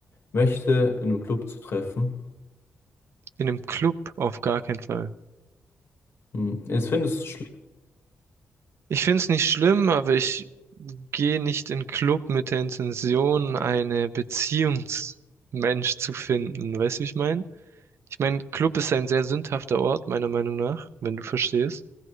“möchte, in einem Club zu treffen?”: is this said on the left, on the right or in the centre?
Left